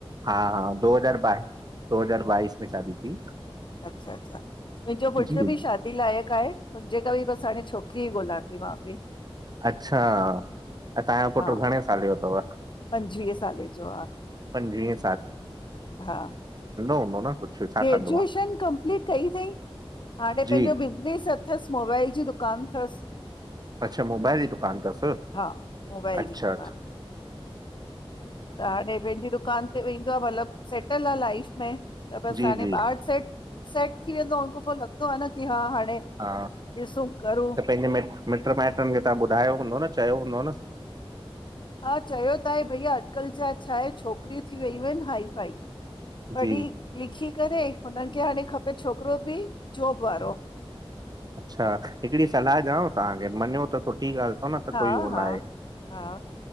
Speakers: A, on the right (about 45°); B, on the left (about 55°).
A: हा हा, दो हज़ार बाइ, दो हज़ार बाईस में शादी थी।
B: अच्छा अच्छा मुंहिंजो पुट
A: जी
B: बि शादी लाइक़ु आहे मुंहिंजे करे बि बसि हाणे छोकिरी ई ॻोल्हां थी मां बि।
A: अच्छा असांजो पुटु
B: हा
A: घणे साल जो तव,
B: पंजवीह साले जो आहे
A: पंजवीहें।
B: हा
A: हूंदो न कुझु छा
B: ग्रेजुएशन
A: कंदो आहे
B: कंपलीट कई अई। हाणे
A: जी
B: पंहिंजो बिज़नेस अथसि मोबाइल जी दुकानु अथसि।
A: अच्छा मोबाइल जी दुकान अथसि
B: हा मोबाइल
A: अचछा
B: जी दुकानु त हाणे पंहिंजी दुकान ते तब सेटल आहे लाइ में त बस
A: जी
B: हाणे
A: जी
B: सेट थी वेंदो। आहे न की हा हाणे
A: हा
B: सूं करूं
A: त पंहिंजे मिट मिट माइटनि खे तव्हां ॿुधायो हूंदो न, चयो हूंदो न?
B: हा चयो त आहे भईया, अॼुकल जा छा आहे, छोकिरियूं थी वियूं आहिनि हाइ फाइ।
A: जी
B: पढ़ी लिखी करे, हुननि खे हाणे खपे छोकिरो बि जॉब वारो।
A: अच्छा हिकिड़ी सलाहु ॾांव तव्हांखे मञियो त ठी ॻाल्हि थो न त
B: हा
A: कोई हो
B: हा
A: न आहे।
B: हा